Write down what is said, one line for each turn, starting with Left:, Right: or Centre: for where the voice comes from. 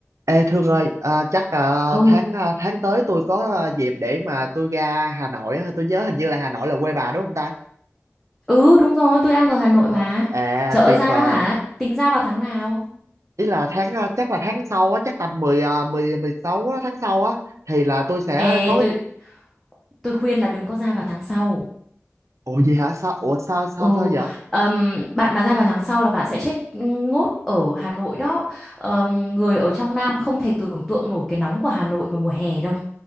Right: Ê Thương ơi, à, chắc à,
Centre: Ừ,
Right: tháng à, tháng tới tôi có à, dịp để mà tôi ra Hà Nội á, tôi nhớ hình như là Hà Nội là quê bà đúng không ta?
Centre: ừ đúng rồi, tôi đang ở Hà Nội
Right: Ờ,
Centre: mà.
Right: à
Centre: Trời ơi
Right: tuyệt
Centre: ra
Right: vời.
Centre: đó hả? Tính ra vào tháng nào?
Right: Ý là tháng à, chắc là tháng sau á, chắc tầm 10 à, 10 16 á, tháng sau á thì là tôi sẽ
Centre: Ê,
Right: có cái
Centre: tôi tôi khuyên là đừng có ra vào tháng sau.
Right: Ủa gì hả? Sao ủa sao sao
Centre: Ừ,
Right: sao vậy?
Centre: ừm, bạn mà ra vào tháng sau là bạn sẽ chết ngốt ở Hà Nội đó. Ừm, người ở trong Nam không thể tưởng tượng nổi cái nóng của Hà Nội vào mùa hè đâu.